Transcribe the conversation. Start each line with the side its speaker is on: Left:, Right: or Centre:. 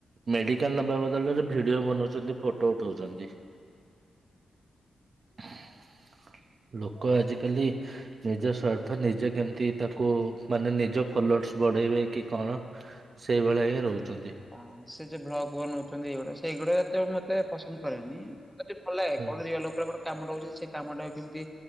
Right: ମେଡିକାଲ ନବା ବଦଳରେ ଭିଡିଓ ବନଉଛନ୍ତି ଫଟୋ ଉଠଉଛନ୍ତି। <inaudible> ଲୋକ ଆଜିକାଲି ନିଜ ସ୍ୱାର୍ଥ ନିଜେ କେମ୍ତି ତାକୁ ମାନେ ନିଜ ଫଲୋର୍ସ ବଢେଇବେ କି କଣ ସେଇଭଳିଆ ହିଁ ରହୁଚନ୍ତି।
Centre: ହଁ ସେ ଯୋଉ ବ୍ଲଗ୍ ବନଉଚନ୍ତି ଏଗୁଡା ସେଗୁଡା ଏତେ ମତେ ପସନ୍ଦ୍ ପାଏନି। ମୋତେ ଭଲ ଲାଗେ <unintelligible>
Right: ହୁଁ
Centre: ଆ ଲୋକର କଣ କାମଟା ହଉଛି। ସେ କାମ ଟାକୁ କେମିତି